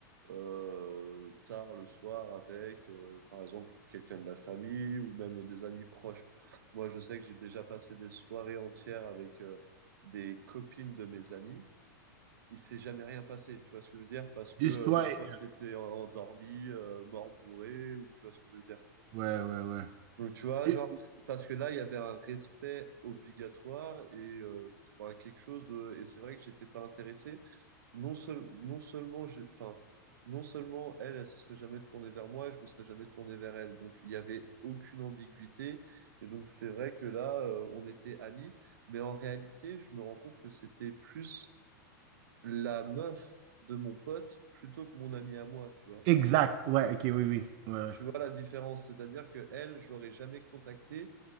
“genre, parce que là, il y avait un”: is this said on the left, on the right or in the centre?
Right